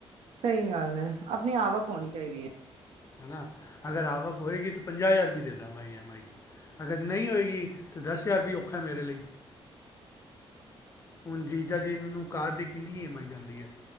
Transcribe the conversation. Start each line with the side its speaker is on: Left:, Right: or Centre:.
Right: ਸਈ ਗੱਲ ਐ, ਆਪਣੀ ਆਵਕ ਹੋਣੀ ਚਾਈਦੀ ਐ।
Left: ਹਨਾ ਅਗਰ ਆਵਕ ਹੋਏਗੀ ਤਾਂ ਪੰਜਾ ਹਜ਼ਾਰ ਵੀ ਦੇ ਦਾ ਈ ਐਮ ਆਈ ਅਗਰ ਨਈ ਹੋਏਗੀ ਤਾਂ ਦਸ ਹਜ਼ਾਰ ਵੀ ਔਖਾ ਮੇਰੇ ਲਈ। ਹੁਣ ਜੀਜਾ ਜੀ ਨੂੰ ਕਾਰ ਦੀ ਕਿੰਨੀ ਈ ਐਮ ਆਈ ਜਾਂਦੀ ਐ।